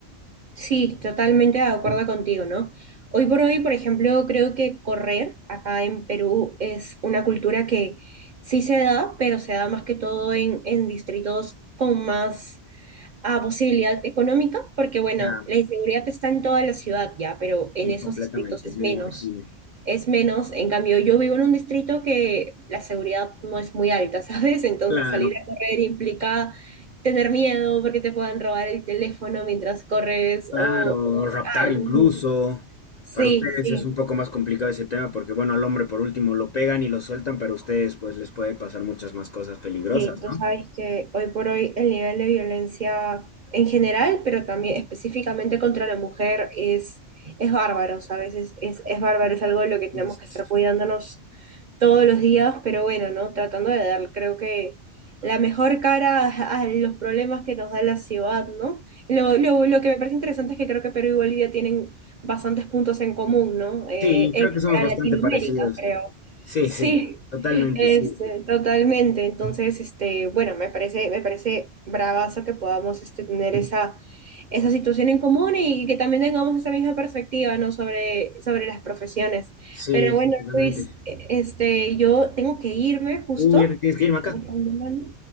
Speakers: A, on the right (about 55°); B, on the left (about 60°).
A: Sí, totalmente de acuerdo contigo, ¿no? Hoy por hoy, por ejemplo, creo que correr acá en Perú es una cultura que sí se da, pero se da más que todo en, en distritos con más a posibilidad económica, porque bueno,
B: Ya,
A: la inseguridad está en toda la ciudad ya, pero en
B: sí,
A: esos
B: completamente,
A: distritos es
B: me
A: menos.
B: imagino.
A: Es menos, en cambio, yo vivo en un distrito que la seguridad no es muy alta, <laughs> ¿sabes? Entonces
B: Claro.
A: salir a correr implica tener miedo porque te puedan robar el teléfono mientras corres
B: Claro,
A: o, o
B: raptar
A: algo.
B: incluso.
A: Sí,
B: Para ustedes
A: sí.
B: es un poco más complicado ese tema porque, bueno, al hombre por último lo pegan y lo sueltan, pero a ustedes pues les puede pasar muchas más cosas peligrosas,
A: Sí, tú
B: ¿no?
A: sabes que hoy por hoy el nivel de violencia en general, pero también específicamente contra la mujer, es, es bárbaro, ¿sabes? Es, es, es bárbaro, es algo de lo que tenemos
B: es-
A: que estar cuidándonos todos los días, pero bueno, ¿no? Tratando de dar, creo que la mejor cara a, a los problemas que nos da la ciudad, ¿no? Lo, lo, lo que me parece interesante es que creo que Perú y Bolivia tienen bastantes puntos en común, ¿no? Eh,
B: Sí,
A: en
B: creo
A: general
B: que somos bastante
A: Latinoamérica,
B: parecidos.
A: creo.
B: Sí,
A: Sí.
B: sí, totalmente,
A: Este,
B: sí.
A: totalmente. Entonces, este, bueno, me parece, me parece bravazo que podamos este, tener esa, esa situación en común y que también tengamos esa misma perspectiva, ¿no? Sobre, sobre las profesiones.
B: Sí,
A: Pero bueno,
B: sí, totalmente.
A: Luis, e- este, yo tengo que irme justo.
B: Uy, ya te tienes
A: Me
B: que ir, acá.
A: están llamando.